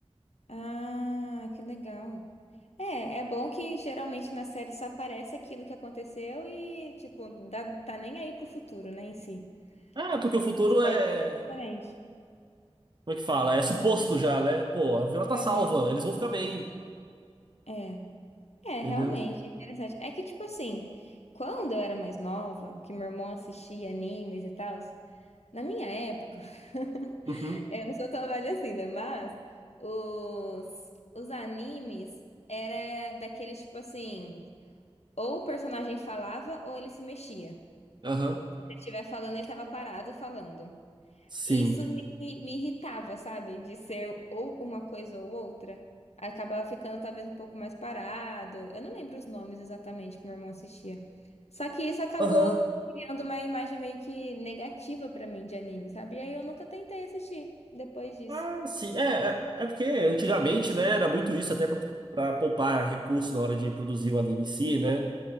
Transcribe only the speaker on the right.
Ah, porque o futuro
é
Como é que fala? É suposto já, né? Pô, a vila tá
salva, eles vão ficar bem,
entendeu?
Uhum,
aham,
sim.
Aham.
Ah, sim. É, é, é porque antigamente, né, era muito isso, até pra, pra poupar recurso na hora de produzir o anime em si, né?